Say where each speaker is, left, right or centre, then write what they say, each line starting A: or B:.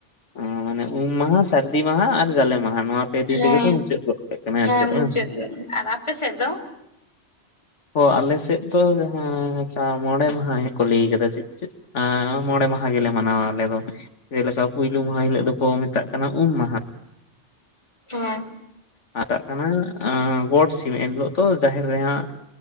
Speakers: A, on the left; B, on the left.
A: ᱚᱸ ᱢᱟᱱᱮ ᱩᱢ ᱢᱟᱦᱟ, ᱥᱟᱹᱨᱫᱤ ᱢᱟᱦᱟ ᱟᱨ ᱡᱟᱞᱮ ᱢᱟᱦᱟ ᱱᱚᱣᱟ ᱯᱮ ᱫᱤᱱ
B: ᱦᱮᱸ,
A: ᱨᱮᱜᱮ ᱯᱮ ᱢᱩᱪᱟᱹᱫ ᱜᱚᱫ ᱠᱟᱜ ᱠᱟᱱᱟ
B: ᱦᱮᱸ
A: ᱟᱨ ᱪᱮᱫ ᱵᱟᱝ?
B: ᱢᱩᱪᱟᱹᱫᱥᱮᱫ, ᱟᱨ ᱟᱯᱮ ᱥᱮᱫ ᱫᱚ?
A: ᱚ ᱟᱞᱮ ᱥᱮᱫ ᱫᱚ ᱡᱟᱦᱟᱸ ᱞᱮᱠᱟ ᱢᱚᱬᱮ ᱢᱟᱦᱟ ᱜᱮ ᱠᱚ ᱞᱟᱹᱭ ᱟᱠᱟᱫᱟ ᱪᱮᱫ ᱪᱮᱫ, ᱟᱸᱻ ᱢᱚᱬᱮ ᱢᱟᱦᱟ ᱜᱮ ᱞᱮ ᱢᱟᱱᱟᱣ ᱟ ᱟᱞᱮ ᱫᱚ᱾ ᱡᱮᱞᱮᱠᱟ ᱯᱩᱭᱞᱳ ᱢᱟᱦᱟ ᱦᱤᱞᱳᱜ ᱫᱚ ᱠᱚ ᱢᱮᱛᱟᱜ ᱠᱟᱱᱟ ᱩᱢ ᱢᱟᱦᱟ,
B: ᱦᱚᱸ᱾
A: ᱦᱟᱛᱟᱜ ᱠᱟᱱᱟ ᱟᱸ ᱜᱚᱴ ᱥᱤᱢ ᱮᱱ ᱦᱤᱞᱳᱜ ᱫᱚ ᱡᱟᱦᱮᱨ ᱨᱮ ᱦᱟᱸᱜ